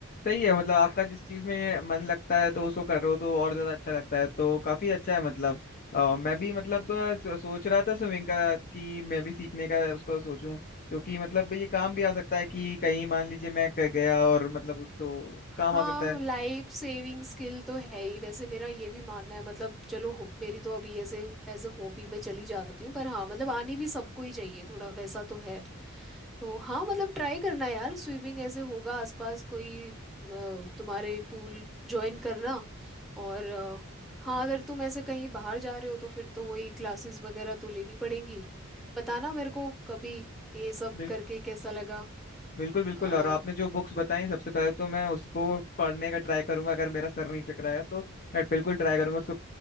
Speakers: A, on the left (about 40°); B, in the centre.
A: सही है मतलब आपका जिस चीज में मन लगता है तो उसको कर रहे हो तो और ज्यादा अच्छा लगता है तो काफी अच्छा है मतलब अ, मैं भी मतलब अ, सो, सोच रहा था स्विमिंग का कि मैं भी सीखने का उसको सोचूं क्योंकि मतलब ये काम भी आ सकता है कि कहीं मान लीजिए मैं क- गया और मतलब उस तो काम
B: हाँ
A: आ सकता
B: लाइफ सेविंग स्किल तो है ही वैसे मेरा ये भी मानना है मतलब चलो हो, मेरी तो अभी ऐसे एज ए हॉबी में चली जाती हूँ पर हाँ मतलब आनी भी सबको ही चाहिए थोड़ा वैसा तो है तो हाँ मतलब ट्राई करना यार स्विमिंग ऐसे होगा आसपास कोई अ, तुम्हारे पूल ज्वाइन करना और अ, हाँ अगर तुम ऐसे कहीं बाहर जा रहे हो तो फिर तो वही क्लासेस वगैरह तो लेनी पड़ेंगी बताना मेरे को कभी ये सब
A: है
B: करके कैसा लगा
A: बिल्कुल बिल्कुल
B: अ,
A: और आपने जो बुक्स बताई सबसे पहले तो मैं उसको पढ़ने का ट्राई करूंगा अगर मेरा सर नहीं चकराया तो मैं बिल्कुल ट्राई करूंगा उसको